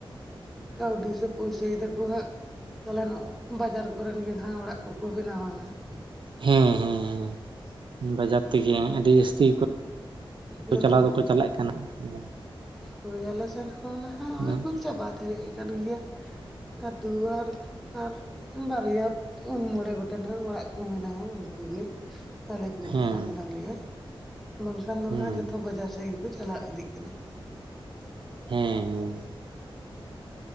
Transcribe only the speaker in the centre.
ᱠᱟᱹᱣᱰᱤ ᱥᱮ ᱯᱩᱭᱥᱟᱹᱭ ᱫᱟᱠᱚ ᱦᱟᱸᱜ᱾ ᱛᱟᱦᱚᱞᱮ ᱵᱟᱡᱟᱨ ᱠᱚᱨᱮᱱ ᱜᱮ ᱱᱟᱹᱜ ᱚᱲᱟᱜ ᱠᱚᱠᱚᱸ ᱵᱮᱱᱟᱣᱟ ᱦᱟᱸᱜ ᱾
ᱡᱚᱛᱚ
ᱦᱳᱭ ᱟᱞᱮ ᱥᱮᱱ ᱦᱚᱸ ᱱᱟᱦᱟᱹᱜ
ᱱᱚᱜᱭ <inaudible> ᱦᱮᱡ ᱟᱠᱟᱱ ᱜᱮᱭᱟ, ᱟᱹᱛᱩ ᱟᱨ ᱟᱨ ᱵᱟᱨᱭᱟ ᱯᱩᱱ ᱢᱚᱬᱮ ᱜᱚᱴᱮᱱ ᱚᱲᱟᱜ ᱠᱩ ᱢᱮᱱᱟᱜ-ᱟ ᱩᱱᱠᱩᱹᱜᱤ ᱟᱞᱮ ᱠᱚᱜᱮ
ᱦᱟᱸᱜ ᱢᱮᱱᱟᱹᱜ ᱞᱮᱭᱟ, ᱵᱟᱝ ᱠᱷᱟᱱ ᱫᱚ
ᱦᱟᱸᱜ ᱡᱚᱛᱚ ᱵᱟᱡᱟᱨ ᱥᱮᱫ ᱜᱮᱠᱚ ᱪᱟᱞᱟᱣ ᱤᱫᱤᱜ ᱠᱟᱱᱟ᱾